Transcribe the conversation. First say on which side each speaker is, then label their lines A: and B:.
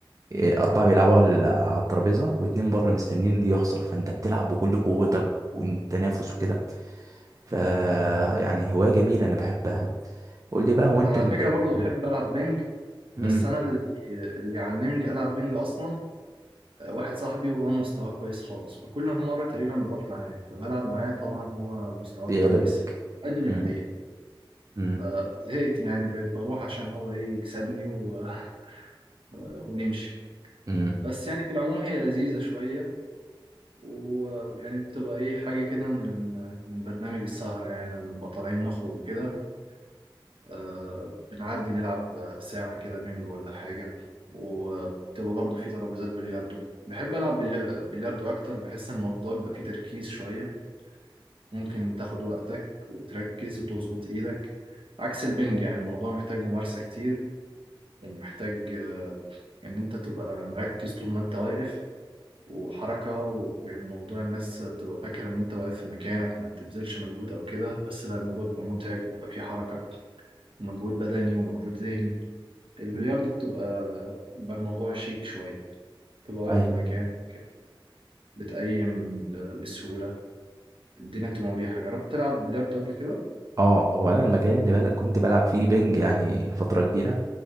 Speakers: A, on the right; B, on the right.
A: إيه، أربعة بيلعبوا على على الترابيزة واتنين بره مستنيين دي يخسر فأنت بتلعب بكل قوتك والتنافس وكده ف يعني هواية جميلة أنا بحبها قول لي بقى هو أنت
B: انا على
A: اللي
B: فكرة برضو بحب العب بينج
A: مم،
B: بس انا اللي, اللي علمني العب بينج اصلا آه، واحد صاحبي وهو مستواه كويس خالص فكل مره تقريبا بروح معاه فبلعب معاه طبعا هو مستواه
A: بيغلبك
B: كويس فادني
A: مم،
B: الحقيقه
A: مم،
B: فزهقت يعني بقيت بروح عشان هو ايه يكسبني و... <laughs> ونمشي
A: مم.
B: بس يعني في العموم هي لذيذه شويه ويعني بتبقى ايه حاجه كده من من برنامج السهره يعني لما نبقى طالعين نخرج وكده آه، بنعدي نلعب ساعة كده بينج ولا حاجة وبتبقى برضه في ترابيزات بلياردو بحب ألعب بلي- بلياردو أكتر بحس إن الموضوع بيبقى فيه تركيز شوية ممكن تاخد وقتك وتركز وتظبط إيدك عكس البنج يعني الموضوع محتاج ممارسة كتير ومحتاج آه، إن أنت تبقى مركز طول ما أنت واقف وحركة ويعني موضوع الناس بتبقى فاكرة إن أنت واقف في مكانك ما بتبذلش مجهود أو كده بس لا الموضوع بيبقى متعب بيبقى فيه حركة ومجهود بدني ومجهود ذهني البلياردو
A: مم.
B: بتبقى بيبقى الموضوع شيك شوية تبقى واقف
A: أيوه
B: في مكانك بتقيم ب- بسهولة الدنيا بتبقى مريحة جربت تلعب بلياردو قبل كده؟
A: أه هو أنا المكان اللي بل... كنت بلعب فيه بنج يعني فترة كبيرة